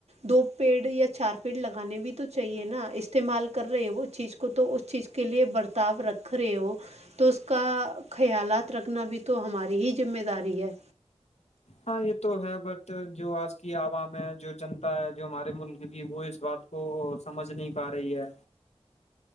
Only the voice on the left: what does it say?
ہاں یہ تو ہے بٹ جو آج کی عوام ہے جو جنتا ہے جو ہمارے ملک کی کہ وہ اس بات کو سمجھ نہیں پا رہی ہے